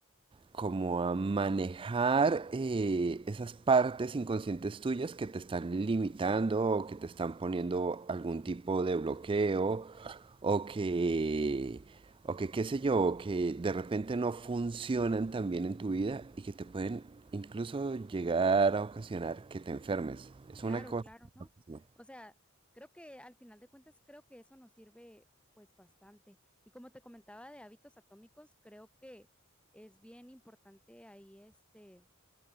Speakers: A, on the right; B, in the centre.
A: como a manejar eh, esas partes inconscientes tuyas que te están limitando o que te están poniendo algún tipo de bloqueo o que, o que qué sé yo, o que de repente no funcionan tan bien en tu vida y que te pueden incluso llegar a ocasionar que te enfermes. Es
B: Claro,
A: una cosa.
B: claro, ¿no?
A: ¿no?
B: O sea, creo que al final de cuentas, creo que eso nos sirve pues bastante. Y como te comentaba de hábitos atómicos, creo que es bien importante ahí este,